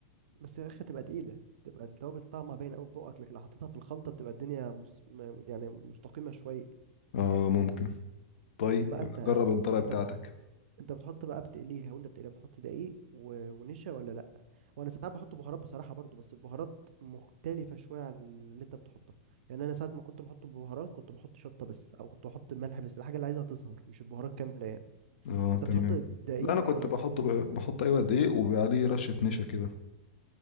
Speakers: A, on the right; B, on the left.
A: بس يا اخي تبقى تقيلة تبقى التوابل طعمها باين قوي في بقك لكن لو حطيتها في الخلطة بتبقى الدنيا مس... م- يعني مستقيمة شوية
B: اه ممكن طيب
A: بص بقى انت
B: جرب الطريقه
A: انت
B: بتاعتك
A: انت بتحط بقى بتقليها وانت بتقليها بتحط دقيق و- ونشا ولا لا وانا ساعات بحط بهارات بصراحه برضو بس البهارات مختلفه شويه عن اللي انت بتحطها يعني انا ساعات ما كنت بحط بهارات كنت بحط شطه بس او كنت بحط ملح بس الحاجه اللي عايزها تظهر مش البهارات كامله يعني
B: اه
A: انت
B: تمام
A: بتحط دقيق
B: لا انا كنت
A: ولا
B: بحط
A: بتحط
B: بحط ايوه دقيق وعليه رشه نشا كده